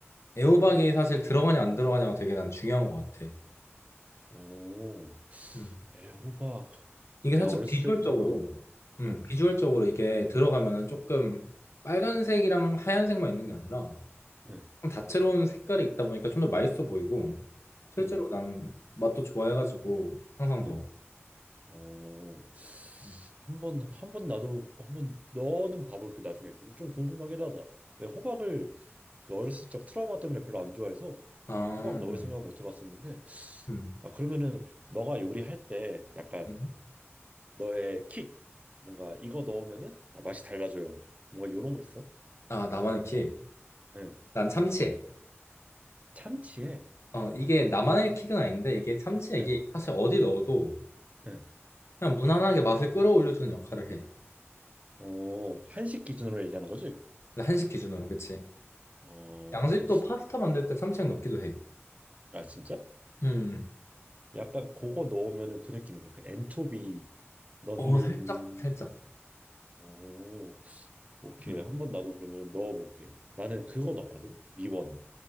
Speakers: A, on the left; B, on the right.
A: 애호박이 사실 들어가냐 안 들어가냐가 되게 난 중요한 것 같아.
B: 오,
A: 음.
B: 애호박.
A: 이게
B: 내가
A: 살짝
B: 어렸을
A: 비주얼적으로
B: 때부터 어,
A: 음
B: 어,
A: 비주얼적으로 이게 들어가면은 조금 빨간색이랑 하얀색만 있는 게 아니라
B: 응,
A: 조금 다채로운 색깔이 있다 보니까 좀 더 맛있어 보이고 실제로
B: 응,
A: 난 맛도 좋아해가지고 항상 넣어.
B: 응. 어,
A: 음.
B: 한번 한 번 나도 한 번 너는 봐볼게 나중에 좀 궁금하긴 하다. 내가 호박을 그 어렸을 적 트라우마 때문에 별로 안 좋아해서
A: 아,
B: 호박 넣을
A: 음.
B: 생각은 못 해봤었는데
A: 음.
B: 아 그러면은 너가 요리할 때 약간
A: 음.
B: 너의 킥 뭔가 이거 넣으면은 아, 맛이 달라져요. 뭔가 요런 거 있어?
A: 아, 나만의 키.
B: 응.
A: 난 참치액.
B: 참치액.
A: 어, 이게 나만의 킥은 아닌데 이게 참치액이
B: 응.
A: 사실 어디 넣어도
B: 응.
A: 그냥 무난하게 맛을 끌어올려주는 역할을 해.
B: 어, 한식 기준으로 얘기하는 거지?
A: 한식 기준으로, 그치?
B: 어.
A: 양식도 파스타 만들 때 참치액 넣기도 해.
B: 아, 진짜?
A: 음.
B: 약간 그거 넣으면은 그 느낌인가? 그 엔초비 넣는
A: 어, 살짝, 살짝.
B: 오, 오케이.
A: 음.
B: 한 번 나도 그러면 넣어볼게. 나는 그거 넣었거든. 미원.